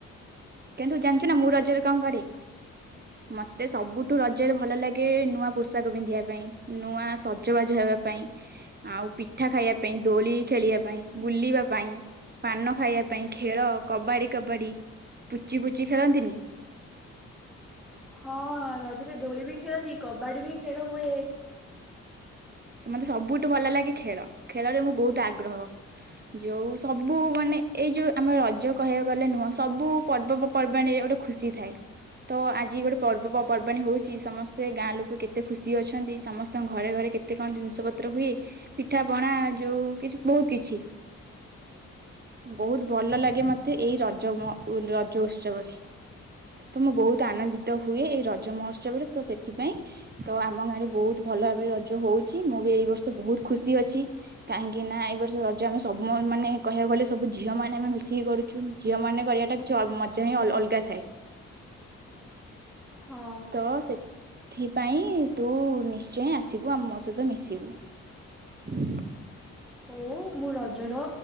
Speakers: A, on the right; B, in the centre.
A: କିନ୍ତୁ ଜାଣିଛୁ ନା ମୁଁ ରଜରେ କଣ କରେ? ମତେ ସବୁଠୁ ରଜରେ ଭଲ ଲାଗେ ନୂଆ ପୋଷାକ ପିନ୍ଧିବା ପାଇଁ। ନୂଆ ସଜବାଜ ହେବା ପାଇଁ ଆଉ ପିଠା ଖାଇବା ପାଇଁ ଦୋଳି ଖେଳିବା ପାଇଁ ବୁଲିବା ପାଇଁ ପାନ ଖାଇବା ପାଇଁ ଖେଳ କବାଡି କବାଡ଼ି ପୁଚି ପୁଚି ଖେଳନ୍ତିନି?
B: ହଁ ରଜରେ ଦୋଳି ବି ଖେଳନ୍ତି କବାଡି ବି ଖେଳ ହୁଏ।
A: ସେ ମୋତେ ସବୁଠୁ ଭଲ ଲାଗେ ଖେଳ ଖେଳରେ ମୁଁ ବହୁତ ଆଗ୍ରହ। ଯୋଉ ସବୁ ମାନେ ଏଇ ଯୋଉ ଆମେ ରଜ କହିବାକୁ ଗଲେ ନୁହଁ ସବୁ ପର୍ବ ପର୍ବାଣିରେ ଗୋଟେ ଖୁସି ଥାଏ। ତ ଆଜି ଗୋଟେ ପର୍ବପର୍ବାଣିୀ ହଉଛି ସମସ୍ତେ ଗାଁ ଲୋକ କେତେ ଖୁସି ଅଛନ୍ତି ସମସ୍ତଙ୍କ ଘରେ ଘରେ କେତେ ଏତେ କଣ ଜିନିଷ ପତ୍ର ହୁଏ ପିଠା ପଣା ଯୋଉ କିଛି ବହୁତ କିଛି ବହୁତ ଭଲ ଲାଗେ ମତେ ଏଇ ରଜ ମ ରଜ ଉତ୍ସବରେ ତ ମୁଁ ବହୁତ ଆନନ୍ଦିତ ହୁଏ, ଏଇ ରଜ ମହୋତ୍ସବରେ ତ ସେଥିପାଇଁ ତ ଆମ ଗାଁରେ ବହୁତ ଭଲ ଭାବରେ ରଜ ହଉଛି ମୁଁ ବି ଏଇ ବର୍ଷ ବହୁତ ଖୁସି ଅଛି। କାହିଁକି ନା ଏଇ ବର୍ଷ ରଜ ଆମେ ସବୁ ମାନେ କହିବାକୁ ଗଲେ ସବୁ ଝିଅ ମାନେ ଆମେ ମିଶିକି କରୁଛୁ। ଝିଅ ମାନେ କରିବାଟା କିଛି ଅ ମଜା ହିଁ ଅଲଗା ଥାଏ।
B: ହଁ
A: ତ ସେଥିପାଇଁ ତୁ ନିଶ୍ଚୟ ଆସିବୁ ଆଉ ମୋ ସହିତ ମିଶିବୁ। <unintelligible>
B: ହଉ ମୁଁ ରଜର